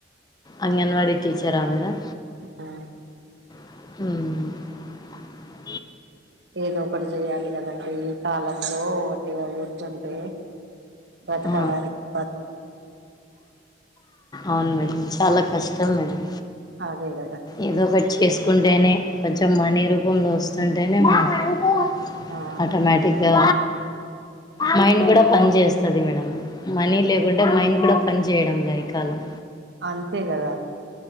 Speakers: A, on the left; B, on the right.
A: అంగన్వాడి టీచరా మేడం?
B: హు
A: మ్
B: ఏదో ఒకటి చేయ్యాలి కదండి ఈ కాలంలో ఒట్టిగా కూర్చుంటే బ్రతకడానికి
A: అ
B: బత్-
A: అవును మేడం చాలా కష్టం మేడం
B: అదే కదా
A: ఏదోక చేసుకుంటేనే కొంచెం మనీ రూపంలో వస్తుంటేనే మనకు
B: ఆ
A: ఆటోమేటిక్ గా మైండ్ కూడా పని చేస్తు ది మేడం మనీ లేకుంటే మైండ్ కూడా పని చేయడం లే ఈ కాలం
B: అంతే కదా